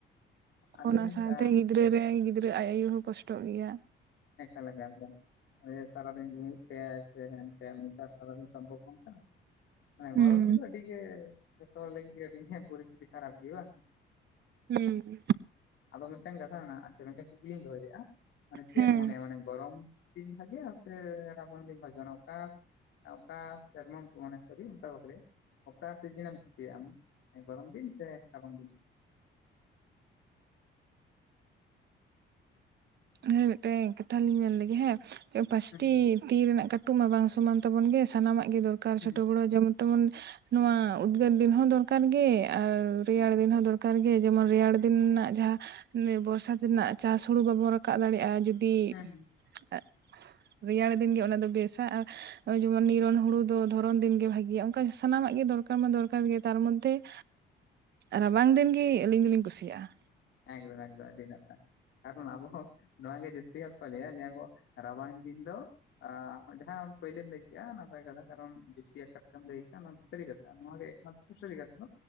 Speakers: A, on the left; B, on the right.
A: ᱟᱨ
B: ᱚᱱᱟ
A: ᱞᱟᱹᱭᱫᱟᱹᱧ
B: ᱥᱟᱶᱛᱮ
A: ᱟᱸ
B: ᱜᱤᱫᱽᱨᱟᱹ ᱨᱮ ᱜᱤᱫᱽᱨᱟᱹ ᱟᱡ ᱟᱭᱳ ᱦᱚᱸ ᱠᱚᱥᱴᱚᱜ ᱜᱮᱭᱟ᱾
A: ᱮᱠᱟᱞ ᱜᱟᱱ ᱜᱮᱭᱟᱢ᱾ ᱥᱟᱨᱟ ᱫᱤᱱ ᱜᱩᱸᱜᱩᱫ ᱠᱟᱭᱟᱭ ᱥᱮ ᱦᱮᱢ ᱠᱟᱭᱟᱭ ᱩᱱᱤᱫᱚ ᱥᱟᱨᱟ ᱫᱤᱱ ᱥᱚᱢᱵᱷᱚᱵ ᱵᱟᱝ ᱠᱟᱱᱟ᱾ ᱢᱟᱱᱮ ᱜᱚᱨᱚᱢ
B: ᱦᱩᱸ
A: ᱨᱮᱫᱚ ᱟᱹᱰᱤ ᱜᱮ ᱡᱷᱚᱛᱚ ᱦᱚᱲ ᱞᱟᱹᱜᱤᱫ ᱜᱮ ᱯᱚᱨᱤᱥᱛᱤᱛᱤ ᱠᱷᱟᱨᱟᱵ ᱜᱮᱭᱟ ᱵᱟᱝ᱾
B: ᱦᱩᱸ--᱾
A: ᱟᱫᱚ ᱢᱤᱫᱴᱟᱝ ᱠᱟᱛᱷᱟ ᱢᱮᱱᱟᱜᱼᱟ ᱟᱪᱪᱷᱟ ᱢᱤᱫᱴᱟᱝ ᱠᱩᱠᱞᱤᱧ ᱫᱚᱦᱚᱭᱮᱫ-ᱟ ᱢᱟᱱᱮ ᱪᱮᱜ
B: ᱦᱮᱸ
A: ᱮᱢ ᱢᱚᱱᱮ--᱾ ᱢᱟᱱᱮ ᱢᱟᱱᱮ ᱜᱚᱨᱚᱢ ᱫᱤᱱ ᱵᱷᱟᱜᱮᱭᱟ ᱥᱮ ᱨᱟᱵᱟᱝ ᱫᱤᱱ ᱵᱷᱟᱜᱮᱭᱟ ᱢᱟᱱᱮ ᱚᱠᱟ᱾ ᱚᱠᱟ ᱥᱮᱨᱢᱟᱢ <unintelligible> ᱥᱟᱹᱨᱤ ᱚᱱᱠᱟ ᱵᱟᱠᱚ ᱞᱮᱭᱟ᱾ ᱚᱠᱟ ᱥᱤᱡᱤᱱ ᱮᱢ ᱠᱩᱥᱤᱭᱟᱜᱼᱟ ᱟᱢ ᱜᱚᱨᱚᱢ ᱫᱤᱱ ᱥᱮ ᱥᱟᱵᱟᱝ ᱫᱤᱱ᱾
B: ᱦᱮᱸ ᱢᱮᱫ ᱴᱮᱝ ᱾ ᱠᱟᱛᱷᱟ ᱞᱤᱧ ᱢᱮᱱ ᱞᱮᱜᱮ ᱦᱮᱸ ᱯᱟᱸᱪᱴᱤ
A: ᱦᱩᱸ
B: ᱛᱤ ᱨᱮᱱᱟᱜ ᱠᱟᱹᱴᱩ ᱢᱟ ᱵᱟᱝ ᱥᱚᱢᱟᱱ ᱛᱟᱵᱚᱱ ᱜᱮ ᱥᱟᱱᱟᱢᱟᱜ ᱜᱮ ᱫᱚᱨ--᱾ ᱠᱟᱨ
A: ᱦᱩᱸ
B: ᱪᱷᱳᱴᱳ ᱵᱚᱲᱳ ᱡᱮᱢᱚᱱ ᱛᱮᱢᱚᱱ ᱱᱚᱣᱟ ᱩᱫᱽᱜᱟᱹᱨ ᱫᱤᱱ ᱦᱚᱸ ᱫᱚᱨᱠᱟᱨ ᱜᱮ᱾ ᱟᱨ ᱨᱮᱭᱟᱲ
A: ᱦᱩᱸ
B: ᱫᱤᱱ ᱦᱚᱸ ᱫᱚᱨ--᱾ ᱠᱟᱨ ᱜᱮ ᱡᱮᱢᱚᱱ ᱨᱮᱭᱟᱲ ᱫᱤᱱ ᱨᱮᱱᱟᱜ ᱡᱟᱦᱟᱸ ᱵᱚᱨᱥᱟ ᱨᱮᱱᱟᱜ ᱪᱟᱥ ᱦᱩᱲᱩ ᱵᱟᱵᱚᱱ ᱨᱟᱠᱟᱵ ᱫᱟᱲᱮᱭᱟᱜᱼᱟ ᱡᱩ--᱾
A: ᱦᱩᱸ
B: <unintelligible> ᱨᱮᱭᱟᱲ ᱫᱤᱱ ᱜᱮ ᱚᱱᱟ ᱫᱚ ᱵᱮᱥᱟ ᱟᱨ᱾ ᱡᱮᱢᱚᱱ ᱱᱤᱨᱚᱱ ᱦᱩᱲᱩ ᱫᱚ ᱫᱷᱚᱨᱚᱱ ᱫᱤᱱᱜᱮ ᱵᱷᱟᱜᱤᱭᱟ ᱚᱱᱠᱟ ᱥᱟᱱᱟᱢᱟᱜ ᱜᱮ ᱫᱚᱨᱠᱟᱨ ᱢᱟ ᱫᱚᱨᱠᱟᱨ ᱜᱮᱭᱟ ᱛᱟᱨ ᱢᱚᱫᱽᱫᱷᱮ᱾
A: <unintelligible>
B: ᱨᱟᱵᱟᱝ ᱫᱤᱱ ᱜᱤ ᱟᱹᱞᱤᱧ ᱫᱚᱞᱤᱧ ᱠᱩᱥᱤᱭᱟᱜᱼᱟ᱾
A: ᱮᱠᱫᱚᱢ ᱮᱠᱫᱚᱢ ᱟᱹᱰᱤ ᱱᱟᱯᱟᱭ᱾ <unintelligible> ᱟᱵᱚ ᱦᱚ ᱱᱚᱣᱟ ᱜᱮ ᱡᱟᱹᱥᱛᱤ ᱜᱟᱱ ᱠᱚ ᱞᱮᱭᱟ ᱞᱮᱭᱟ ᱠᱚ ᱨᱟᱵᱟᱝ ᱫᱤᱱ ᱫᱚ᱾ ᱟ ᱡᱟᱦᱟᱸ ᱯᱳᱭᱞᱳᱢ ᱞᱟᱹᱭ ᱠᱮᱜᱼᱟ ᱱᱟᱯᱟᱭ ᱠᱟᱛᱷᱟ ᱠᱟᱨᱚᱱ ᱡᱩᱠᱛᱤ ᱟᱠᱟᱨ ᱛᱮᱢ ᱞᱟᱹᱭ ᱠᱮᱜᱼᱟ ᱱᱚᱣᱟ ᱫᱚ ᱥᱟᱹᱨᱤ ᱠᱟᱛᱷᱟ ᱱᱚᱣᱟ ᱱᱚᱣᱟ ᱜᱮ ᱮᱠ ᱢᱟᱛᱨᱚ᱾ ᱥᱟᱹᱨᱤ ᱠᱟᱛᱷᱟ